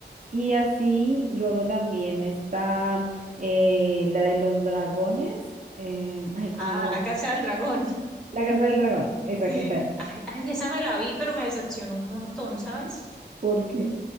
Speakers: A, on the right; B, in the centre.
A: Y así luego también está eh, la de los dragones. eh, ay,
B: Ah,
A: como no me
B: La
A: acuerdo.
B: Casa del Dragón. <laughs>
A: La Casa del Dragón, esa,
B: Sí.
A: ¿qué tal?
B: Ay, ay, esa me la vi, pero me decepcionó un montón, ¿sabes?
A: Porque